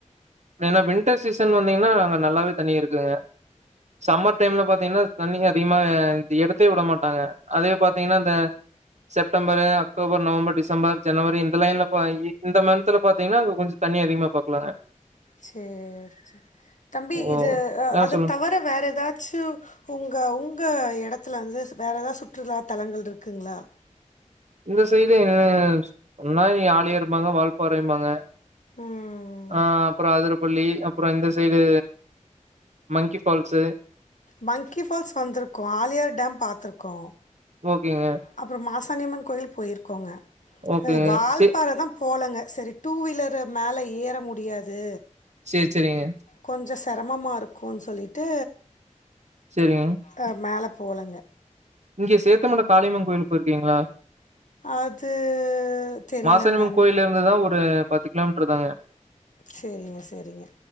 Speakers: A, on the right (about 65°); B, on the left (about 75°).
A: ஏன்னா வின்டர் சீசன் வந்தீங்னா அங்க நல்லாவே தண்ணி இருக்குங்க சம்மர் டைம்ல பாத்தீங்னா தண்ணி அதிகமா எடுத்தே உட மாட்டாங்க அதே பாத்தீங்கனா இந்த செப்டம்பரு அக்டோபர் நவம்பர் டிசம்பர் ஜனவரி இந்த லைன்ல போய் இந்த மந்த் துல பாத்தீங்னா அங்க கொஞ்ச தண்ணி அதிகமா பாக்லாங்க
B: சேர் செரி தம்பி
A: ஓ
B: இது
A: ஆ
B: அது
A: சொல்லுங்க
B: தவர வேற ஏதாச்சும் உங்க உங்க இடத்துல வந்து வேற ஏதாவது சுற்றுலா தலங்கள் இருக்குங்ளா
A: இந்த சைடு சொன்னா இங்க ஆழியாரும் பாங்க வால்பாறைம்பாங்க
B: ம்
A: ஆ அப்புற அதுரப்பள்ளி அப்புற இந்த side monkey falls
B: monkey falls வந்திருக்கோ ஆழியார் டேம் பாத்துருக்கோ
A: ஓகேங்க
B: அப்றோ மாசானியம்மன் கோயில்க் போயிருக்கோங்க
A: ஓகேங்க
B: வால்பாறதா
A: சே
B: போலங்க சரி டூ வீலரு மேல ஏற முடியாது
A: சேரி சேரிங்க
B: கொஞ்சோ செரமமா இருக்கூனு சொல்லிட்டு
A: சேரிங்
B: அ மேல போலங்க
A: இங்க சேத்தமட காளியம்மன் கோயிலுக்கு போயிருக்கீங்ளா?
B: அது தெரிலங்க
A: மாசாணியம்மன்
B: அந்
A: கோயில்ல இருந்துதா ஒரு பத்து கிலோமீட்டர் தாங்க
B: சேரிங்க சேரிங்க